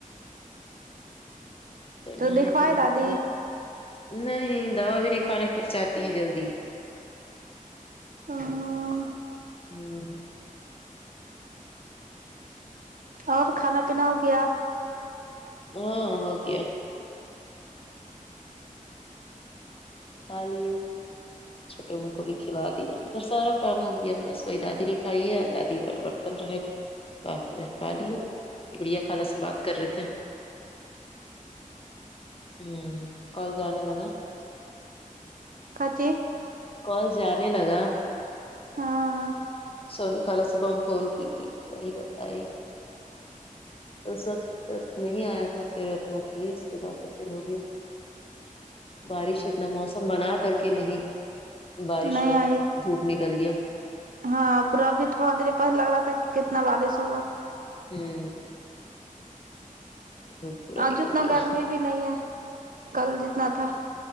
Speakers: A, on the right; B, on the left.
A: تو
B: نہائی
A: دکھوائے
B: ابھی
A: دادی
B: کھا رہی۔ نہیں دوا بھی نہیں کھانےچاہتی ہیں جلدی
A: ہاں
B: ہوں
A: اور کھانا پینا ہو گیا
B: ہاں ہوگیا کھالیے چھوٹے م کو بھی کھلا دیا ادھر سارا کام ہو گیا بس وہی دادی نے کھائی ہے یا دادی وال ب رہے گا باقی ب کھا لیے بڑیا خالہ سے بات کر رہے تھے ہوں کال جانے لگا
A: کط
B: کال جانے لگا
A: ہاں
B: سونی خالہ صبح میں فون کی تھی تو وہی بتائی اس وقت نہیں آیا تھا پھر اتنا تے اس کے بعد تو پھر ہو گیی بارش اتنا موسم بنا کر کے نہیں بارش
A: نہیں
B: ہوا
A: آئی
B: دھوپ نکل گیا
A: ہاں پورا ابھی تھوڑا دیر پس لگ رہا تھا کہ کتنا بارش ہوگا
B: ہوں دھوپ پورا
A: آج
B: نکل
A: اتنا
B: گیا
A: گرمی بھی نہیں ہے کل جتنا تھا